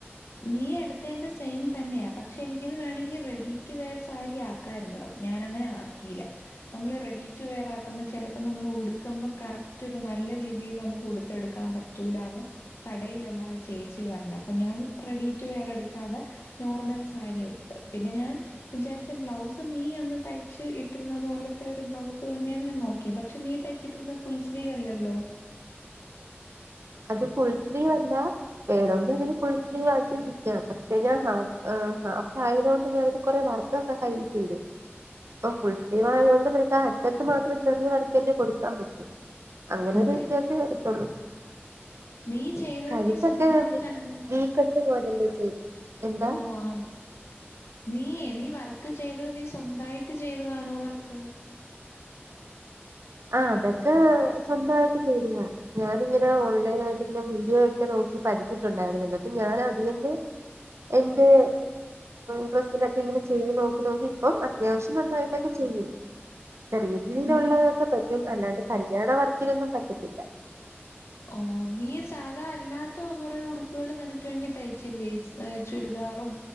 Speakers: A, on the left; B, on the right.
A: നീ എടുത്തെന്റെ സെയിം തന്നെയാ പക്ഷെ എനിക്കിത് വേണങ്കിൽ റെഡി ടു വെയർ സാരി ആ ആക്കായിരുന്നു ഞാൻ അങ്ങനെ ആക്കീല്ല. നമ്മള് റെഡി ടു വെയർ ആക്കുമ്പോൾ ചെലപ്പോ നമ്മൾ ഉടുക്കമ്പോ കറക്റ്റൊരു നല്ല രീതീൽ നമുക്ക് ഉടുത്തെടുക്കാൻ പ റ്റൂലാന്ന് കടയിലുള്ള ആ ചേച്ചി പറഞ്ഞപ്പൊ ഞാൻ റെഡിറ്റു വേറെട്ക്കാതെ നോർമൽ സാരി ഉടുത്ത് പിന്നെ ഞാൻ വിചാര്ച്ച ബ്ലൗസ് നീ അന്ന് തയ്ച്ച് ഇട്ടീര്ന്ന പോലത്തെ ഒരു ബ്ലൗസ് തന്നെയാണ് ഞാൻ നോ കിയേ പക്ഷെ നീ തയ്ച്ചിട്ടിന്ന് ഫുൾ സ്ലീവ് അല്ലല്ലോ.
B: അത് ഫുൾ സ്ലീവ് അല്ല വേണോങ്കിൽ ഫുൾ സ്ലീവാക്കിക്ക പക്ഷെ ഞാൻ ഹാഫായതോണ്ട് ഞാൻ കൊറെ വർ <unintelligible> ഓ ഫുൾ സ്ലീവ് ആയതുകൊണ്ട് നിനക്ക് ആ അറ്റത്ത് മാത്രം ചെറിയ വർക്കല്ലേ കൊടുക്കാൻ പറ്റും. അങ്ങനെ ഒരു
A: അതെ
B: വ്യത്യാസം വരുത്തുള്ളു
A: നീ ചെയ്തത്
B: കഴുത്തൊക്കെ
A: നീ സ്വന്തമായിട്ടാണോ
B: വീക്കട്ട് പോലല്ലേ ചെയ്ത് എന്താ
A: ഓ ആണ് നീയ നീ വർക്ക് ചെയ്തത് നീ സ്വന്തായിട്ട് ചെയ്തതാണോ വർക്ക്?
B: ആഹ അതൊക്കെ സ്വന്തമായിട്ട് ചെയ്തതാ ഞാാനിങ്ങനെ ഓൺലൈന ആയിട്ട്ന്നെ വീഡിയോ ഒക്കെ നോക്കി പഠിച്ചിട്ടുണ്ടായിരുന്ന അപ്പൊ ഞാൻ അതിന്ന് എന്ത് ഡ്രസ്സിലൊക്കെ ങ്ങനെ ചെയ്ത് നോക്കി നോക്കി ഇപ്പം അത്യാവശ്യം നന്നായിട്ടൊക്കെ ചെയ്യും. ചെറിയ രീതിയിലുള്ളതൊക്കെ
A: നീ
B: പറ്റും അല്ലാണ്ട് കല്യാണ വർക്കിനൊന്നും പറ്റത്തില്ല.
A: ഓ നീ സാധാ അല്ലാത്ത കുറേ ഉടുപ്പുകളും നിനക്ക് വേണ്ടി തയ്ച്ചില്ലേ ചുരിദാറും